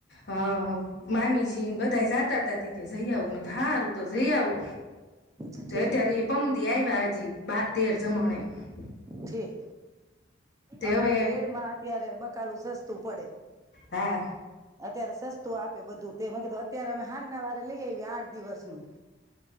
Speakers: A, on the left (about 60°); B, on the right (about 15°).
A: અ મામીજીને બધા જાતા. તાથી. જઈ આવું મેં ધારું તો જઈ આવો.
B: ઠીક
A: તો ત્યારે એ પણમ દી આયવા. જી બા તેર જમણે. હ. <inaudible>
B: ઠીક. અમારે
A: હવે
B: એડમાં અત્યારે. કાલું સસ્તું પડે.
A: હા
B: અત્યારે સસ્તું આપે બધું તે મેં કીધું અત્યારે અમે હાનના વારે લઈ આવીએ આઠ દિવસનું,